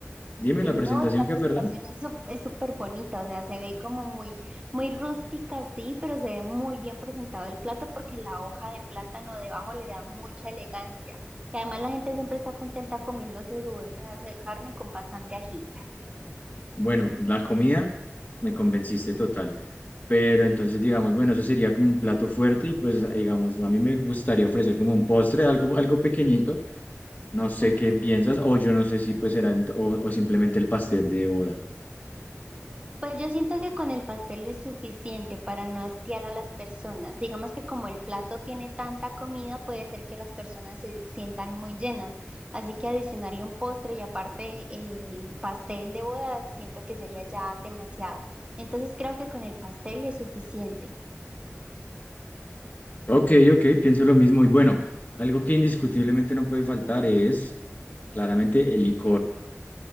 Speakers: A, on the left; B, on the right.
A: Dime
B: Sí,
A: la presentación
B: ¿no? Y la
A: que,
B: presentación
A: perdón.
B: es sup- es súper bonita, o sea, se ve como muy, muy rústica, sí, pero se ve muy bien presentado el plato porque la hoja de plátano debajo le da mucha elegancia. Y además la gente siempre está contenta comiéndose su buen pedazo de carne con bastante ají.
A: Bueno, la comida me convenciste total. Pero entonces, digamos, bueno, eso sería como un plato fuerte y pues, digamos, a mí me gustaría ofrecer como un postre, algo, algo pequeñito No sé
B: Ujú.
A: qué piensas, o yo no sé si pues será ent- o, o simplemente el pastel de boda.
B: Pues yo siento que con el pastel es suficiente para no hastiar a las personas. Digamos que como el plato tiene tanta comida, puede ser que las personas se sientan muy llenas. Así que adicionarle un postre y aparte el pastel de boda, siento que sería ya demasiado. Entonces creo que con el pastel es suficiente.
A: Ok, ok, pienso lo mismo. Y bueno, algo que indiscutiblemente no puede faltar es claramente el licor.